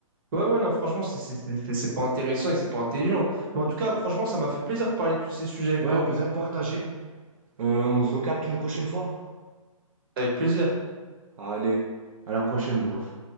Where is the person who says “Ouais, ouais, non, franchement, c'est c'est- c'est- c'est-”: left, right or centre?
Right